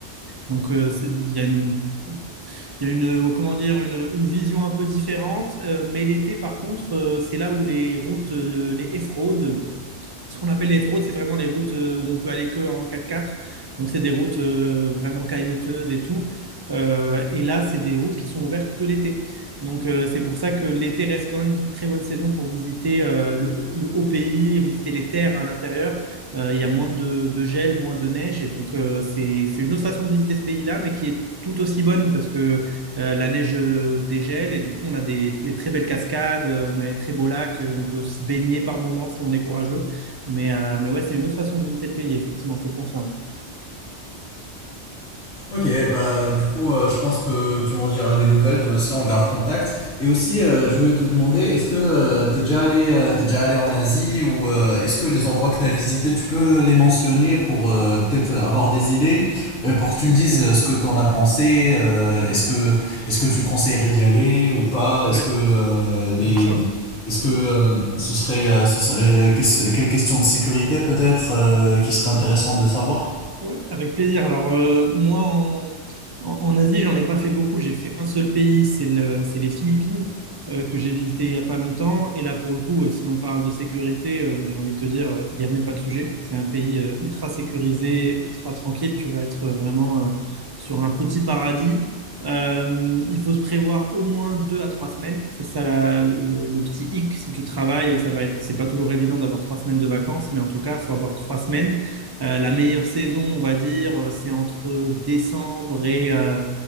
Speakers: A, on the right; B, on the left.
A: donc, euh, c'est- il y a une, il y a une, comment dire, une, une vision un peu différente. Euh, mais l'été, par contre, euh, c'est là où les routes, le- les off ce qu'on appelle les routes, c'est vraiment les routes euh, où on peut aller que en 4x4. Donc, c'est des routes euh, vraiment caillouteuses et tout. Euh, et là, c'est des routes qui sont ouvertes que l'été. Donc, euh, c'est pour ça que l'été reste quand même une très bonne saison pour visiter euh, le, le haut pays, visiter les terres à l'intérieur. Euh, il y a moins de, de gel, moins de neige. Et donc, euh, c'est, c'est une autre façon de visiter ce pays-là, mais qui est tout aussi bonne parce que euh, la neige euh, dégèle et du coup, on a des, des très belles cascades, euh, on a des très beaux lacs, euh, on peut se baigner par moments si on est courageux. Mais, euh, mais ouais, c'est une autre façon de visiter le pays, effectivement, je te confirme.
B: Ok, bah du coup, euh, je pense que tu m'en diras des nouvelles, toi aussi, on garde contact. Et aussi, euh, je voulais te demander, est-ce que tu t'es déjà allé, euh, t'es déjà allé en Asie ou euh, est-ce que les endroits que t'as visités, tu peux les mentionner pour euh, peut-être avoir des idées, euh, pour que tu me dises euh, ce que t'en as pensé, euh, est-ce que, est-ce que tu conseillerais d'y aller ou pas,
A: Ouais,
B: est-ce que euh, les,
A: bien sûr.
B: est-ce que euh, ce serait, euh, ce serait, euh, qu'est-ce- quelle question de sécurité peut-être euh, qui serait intéressante de savoir?
A: Ouais, avec plaisir. Alors, euh, moi, en, en, en Asie, j'en ai pas fait beaucoup. J'ai fait un seul pays, c'est le, c'est les Philippines, euh, que j'ai visité il y a pas longtemps. Et là, pour le coup, euh, si on parle de sécurité, euh, j'ai envie de te dire, euh, il n'y a même pas de sujet. C'est un pays euh, ultra sécurisé, ultra tranquille. Tu vas être euh, vraiment euh, sur un petit paradis. Euh, il faut se prévoir au moins deux à trois semaines. C'est ça la- le, le- le petit hic. Si tu travailles, ça va être, c'est pas toujours évident d'avoir trois semaines de vacances, mais en tout cas, faut avoir trois semaines. Euh, la meilleure saison, on va dire, euh, c'est entre décembre et, euh,